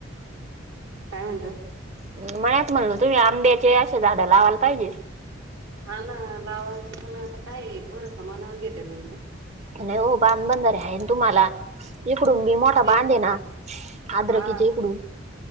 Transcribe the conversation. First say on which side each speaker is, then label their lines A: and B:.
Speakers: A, on the right; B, on the right.
A: काय म्हणलं?
B: म्हणत म्हणल तुम्ही आंब्याचे असे झाडं लावायला पाहिजे.
A: हा ना लावांचे पण आता काय पोर समानावर घेते का.
B: नाही हो बाध-बधरे आहे ना तुम्हाला. इकडून मी मोठा
A: ते
B: बांध ना आद्रकीचे
A: हा
B: इकडून.